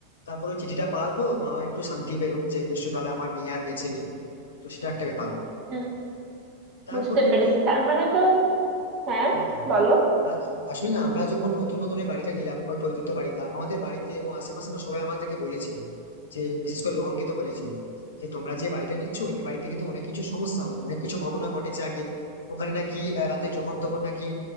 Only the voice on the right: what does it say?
হুম
বুঝতে
পেরেছি তার মানে তো হ্যাঁ
বলো